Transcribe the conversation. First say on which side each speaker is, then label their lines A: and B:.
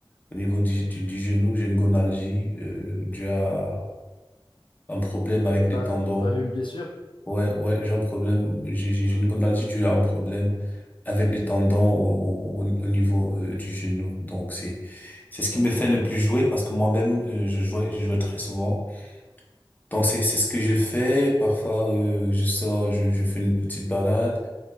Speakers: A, on the left; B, on the left.
A: au niveau du, du, du genou, j'ai une gonalgie, euh, due à un problème avec les
B: T'as,
A: tendons.
B: t'as eu une blessure?
A: Ouais, ouais, j'ai un problème, j'ai, j'ai
B: Ah,
A: j'ai une gonalgie due à un problème avec les tendons au, au, au niveau, euh, du genou. Donc, c'est, c'est ce qui me fait
B: ah
A: ne plus
B: ouais,
A: jouer parce que moi-même, euh, je jouais, je jouais très souvent. Donc c'est c'est ce que je fais. Parfois euh, je sors, je, je fais une petite balade